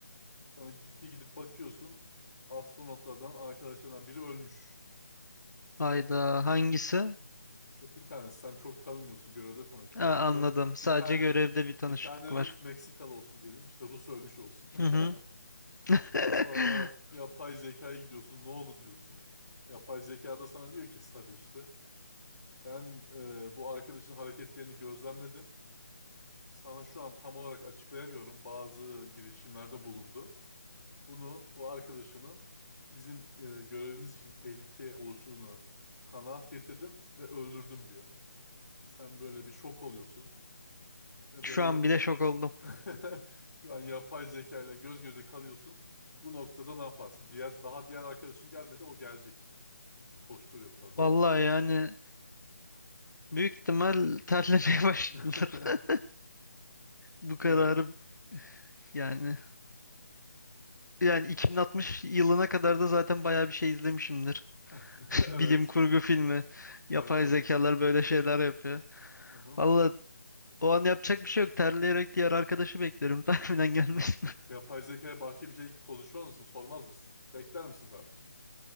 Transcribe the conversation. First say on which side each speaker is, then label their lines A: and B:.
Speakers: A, on the left (about 70°); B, on the left (about 85°).
A: Sonra git, bir gidip bakıyorsun. Astronotlardan arkadaşlardan biri ölmüş.
B: Hayda, hangisi?
A: Git işte bir tanesi sen çok tanımıyorsun görevde tanıştınız
B: Aa,
A: işte.
B: anladım. Sadece
A: Bir tane
B: görevde bir tanışıklık
A: bir tane
B: var.
A: Rus Meksikalı olsun diyelim. İşte Rus ölmüş olsun.
B: Hı hı.
A: <laughs>
B: <laughs>
A: Sonra yapay zekaya gidiyorsun. Ne oldu diyorsun. Yapay zekada sana diyor ki sarı işte. Ben e, bu arkadaşın hareketlerini gözlemledim. Sana şu an tam olarak açıklayamıyorum. Bazı girişimlerde bulundu. Bunun bu arkadaşının bizim e, görevimiz için tehlike oluştuğunu kanaat getirdim ve öldürdüm diyor. Sen böyle bir şok oluyorsun ve
B: Şu
A: böyle
B: an
A: ya-
B: bile şok oldum.
A: <laughs> şu an yapay zeka ile göz göze kalıyorsun. Bu noktada ne yaparsın? Diğer daha diğer arkadaşın gelmedi, o gelecek. Koşturuyor bu tarafa
B: Vallahi
A: doğru.
B: yani büyük ihtimal terlemeye <laughs> başladılar.
A: <laughs>
B: <laughs> Bu kararı
A: Evet.
B: yani yani 2060 yılına kadar da zaten bayağı bir şey izlemişimdir.
A: <laughs>
B: <laughs>
A: Evet.
B: Bilim kurgu filmi. Yapay
A: Evet, evet.
B: zekalar böyle şeyler yapıyor.
A: Hı hı.
B: Vallahi O an yapacak bir şey yok. Terleyerek diğer arkadaşı beklerim <laughs> tahminen gelmesin.
A: Heh. Yapay zekaya başka bir şey konuşmaz mısın? Sormaz mısın? Bekler misin sadece?